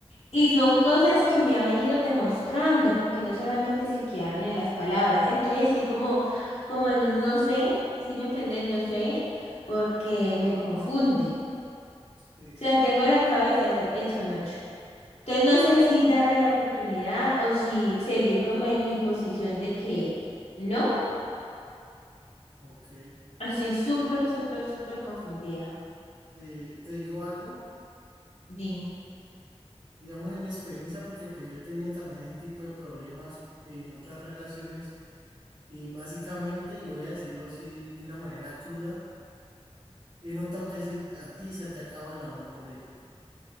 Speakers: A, on the left; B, on the right.
A: Y son cosas que me ha venido demostrando, porque no solamente se quedaron en las palabras. Estoy así como, como en un no sé, ¿sí me entendés? No sé, porque me confunde.
B: sí,
A: O sea, tengo la cabeza esa- hecha un ocho. Entonces no sé si darle la oportunidad o si seguir como en mi posición de que no.
B: Ok.
A: Estoy súper, súper, súper confundida.
B: Eh, te digo algo,
A: Dime,
B: digamos en mi experiencia, porque pues yo he tenido también ese tipo de problemas en otras relaciones, y básicamente, y voy a decirlo así de una manera cruda, he notado que así a ti se te acaba el amor por él.